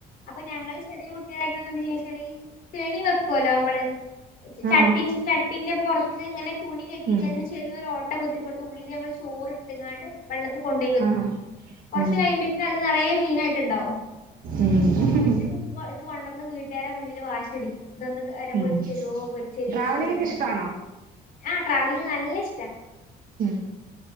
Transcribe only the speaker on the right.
ആഹ്
ഉം
ആഹ്
ഉം
ഉം
ഉം
ട്രാവലിംഗ്
ഒക്കെ ഇഷ്ടാണോ
ഉം